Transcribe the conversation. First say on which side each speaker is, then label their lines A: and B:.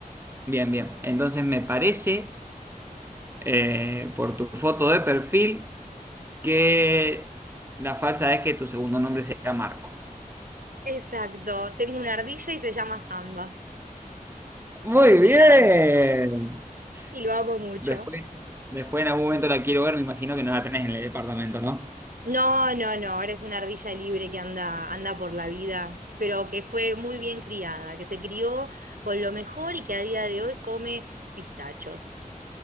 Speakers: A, on the right (about 15°); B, on the right (about 70°).
A: Bien, bien. Entonces me parece, eh, por tu foto de perfil, que la falsa es que tu segundo nombre sea Marco.
B: Exacto. Tengo una ardilla y se llama Samba.
A: Muy
B: Y
A: bien.
B: la amo mu- Y lo amo mucho.
A: Después, después en algún momento la quiero ver, me imagino que no la tenés en el departamento, ¿no?
B: No, no, no. Eres una ardilla libre que anda, anda por la vida, pero que fue muy bien criada, que se crió con lo mejor y que a día de hoy come pistachos.